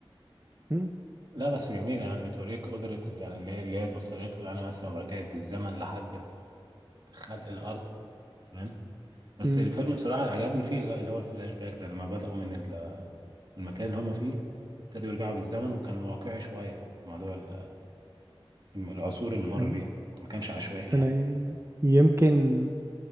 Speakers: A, on the right; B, on the right.
A: م-
B: لا بس جميلة يعني بتوريك قدرة اللي يعني اللي اللي هي توصلت له يعني مثلا لو رجعت بالزمن لحد خلق الارض تمام بس
A: م.
B: الفيلم بصراحه اللي عجبني فيه اللي اللي هو الفلاش باك ده لما بداوا من ال- المكان اللي هم فيه وابتدوا يرجعوا بالزمن وكان واقعي شويه في موضوع ال- العصور اللي مر
A: أن-
B: بيها ما كانش عشوائي يعني
A: انا يمكن